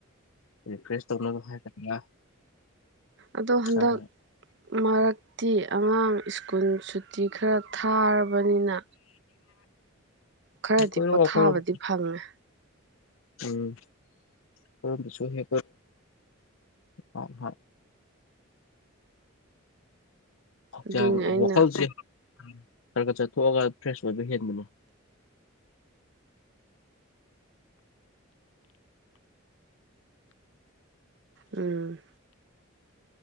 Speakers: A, on the left; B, on the right.
A: ꯔꯤꯀ꯭ꯔꯦꯁ ꯇꯧꯅꯕ ꯍꯥꯏꯒꯗ꯭ꯔꯥ
B: ꯑꯗꯣ ꯍꯟꯗꯛ
A: ꯈꯔ ꯈꯔ
B: ꯃꯔꯛ ꯍꯧꯛꯇꯤ ꯑꯉꯥꯡ ꯁ꯭ꯀꯨꯜ ꯇꯤ ꯈꯔ ꯊꯥꯔꯕꯅꯤꯅ ꯈꯔꯗꯤ
A: ꯀꯣꯏꯔꯛꯑꯣ
B: ꯄꯣꯊꯥꯕꯗꯤ
A: ꯑꯩꯈꯣꯏꯔꯣꯝ
B: ꯐꯪꯉꯦ
A: ꯎꯝ ꯀꯁꯨ ꯍꯦ ꯑ <inaudible>
B: ꯑꯗꯨꯅꯤ ꯑꯩꯅ
A: ꯋꯥꯈꯜꯁꯦ ꯈꯔ ꯈ ꯆꯠꯊꯣꯛꯑꯒ ꯐ꯭ꯔꯦꯁ ꯑꯣꯏꯕ ꯍꯦꯟꯕꯅꯤ
B: ꯎꯝ